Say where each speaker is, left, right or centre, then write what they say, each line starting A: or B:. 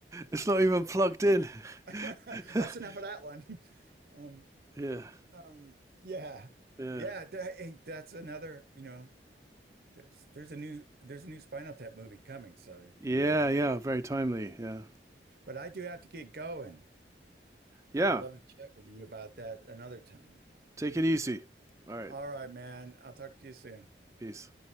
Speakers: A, on the right (about 15°); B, on the right (about 60°).
A: It's not even plugged in.
B: that's
A: <laughs>
B: enough of that one. <laughs> Um,
A: Yeah,
B: um, yeah,
A: yeah.
B: yeah. That, hey, that's another. You know, there's there's a new there's a new Spinal Tap movie coming. So
A: Yeah,
B: you know,
A: yeah, very timely. Yeah.
B: but I do have to get going.
A: Yeah,
B: I would love to chat with you about that another time.
A: take it easy. All right,
B: All right, man. I'll talk to you soon.
A: peace.